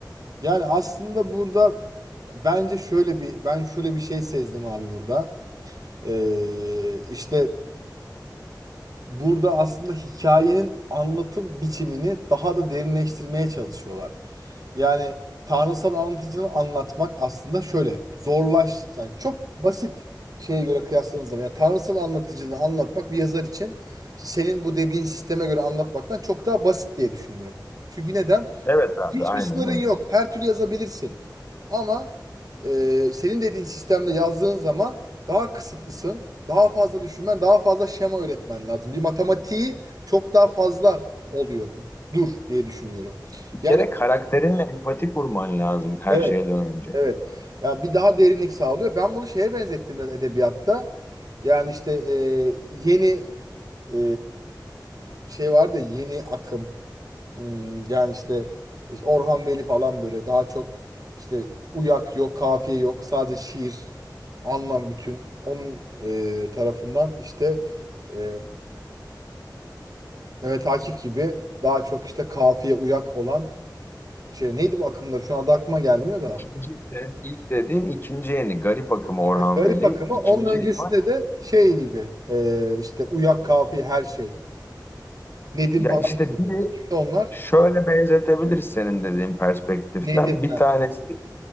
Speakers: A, on the right (about 50°); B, on the left (about 30°).
A: Yani aslında burada bence şöyle bir ben şöyle bir şey sezdim abi burada. E, işte burada aslında hikayenin anlatım biçimini daha da derinleştirmeye çalışıyorlar. Yani tanrısal anlatıcını anlatmak aslında şöyle zorlaş yani çok basit şeye göre kıyasladığınız zaman yani tanrısal anlatıcını anlatmak bir yazar için işte senin bu dediğin sisteme göre anlatmaktan çok daha basit diye düşünüyorum. Çünkü neden?
B: Evet abi
A: Hiçbir
B: aynen
A: sınırın yok.
B: öyle.
A: Her türlü yazabilirsin. Ama e, senin dediğin sistemde yazdığın zaman daha kısıtlısın. Daha fazla düşünmen, daha fazla şema üretmen lazım. Bir matematiği çok daha fazla oluyor. Dur diye düşünüyorum.
B: Bir
A: Yani
B: kere karakterinle empati kurman lazım her
A: evet,
B: şeyden önce.
A: evet. Ya bir daha derinlik sağlıyor. Ben bunu şeye benzettim biraz edebiyatta. Yani işte e, yeni e, şey vardı ya, yeni akım Hmm, yani işte e, işte Orhan Veli falan böyle daha çok işte uyak yok, kafiye yok. Sadece şiir, anlam bütün. Onun e, tarafından işte e, Mehmet Akif gibi daha çok işte kafiye uyak olan şey neydi bu akımları? Şu anda aklıma gelmiyor da.
B: İkinci sen ilk dediğin ikinci yeni Garip Akım Orhan
A: Ya, Garip
B: Veli
A: akımı
B: ikinci
A: onun öncesinde
B: yeni var.
A: de şey gibi e, işte uyak kafiye her şey. Nedim
B: Ya
A: falan.
B: işte
A: vardı.
B: biri
A: Kimdi onlar?
B: şöyle benzetebiliriz senin dediğin perspektiften.
A: Nedimler.
B: Bir tanesi